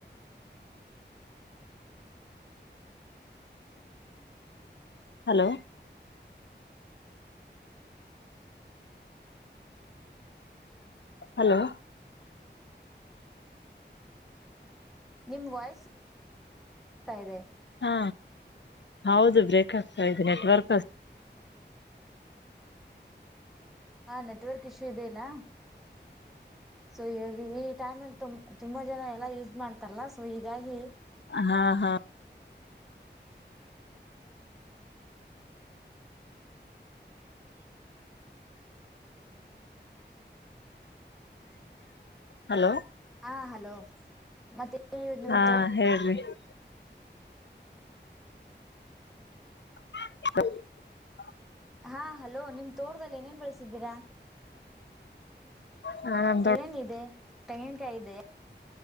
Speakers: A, on the left; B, in the centre.
A: ಹಲೋ ಹಲೋ
B: ನಿಮ್ ವಾಯ್ಸತಾ ಇದೆ
A: ಹಾ ಹೌದು ಬ್ರೇಕ್ ಆಗ್ತಾ ಇದೆ ನೆಟ್ವರ್ಕ್
B: ಹಾ ನೆಟ್ವರ್ಕ್ ಇಶ್ಯೂ ಇದದೆ ಇಲ್ಲ ಸೊ ಈ ಈ ಟೈಮ್ ಅಲ್ಲಿು ತುಂಬಾ ಜನ ಎಲ್ಲಾ ಯೂಸ್ ಮಾಡ್ ತ್ತಲ್ಲ ಸೊ ಹೀಗಾಗಿ
A: ಹಾ ಹಾ ಹಲೋ
B: ಹಾ ಹಲೋ ಮತ್ತ ನಿಮ
A: ಹಾ
B: ತೋ
A: ಹೇಳ್ರಿ ಹ
B: ಹಾ ಹಲೋ ನಿಮ್ ತೋಟದಲ್ಲಿ ಏನೇನ್ ಬೆಳಸಿದ್ದೀರಾ
A: ಹಾ ನಮ್ ದೊಡ್
B: ಏನಿದೆ ತೆಂಗನ್ಕಾಯಿ ಇದ